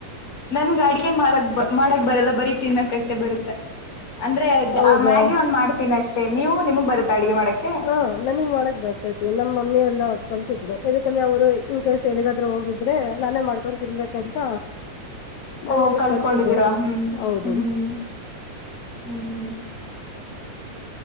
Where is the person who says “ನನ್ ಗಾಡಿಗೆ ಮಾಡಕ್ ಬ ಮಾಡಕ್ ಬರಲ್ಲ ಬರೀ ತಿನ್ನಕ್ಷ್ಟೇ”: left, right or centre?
Left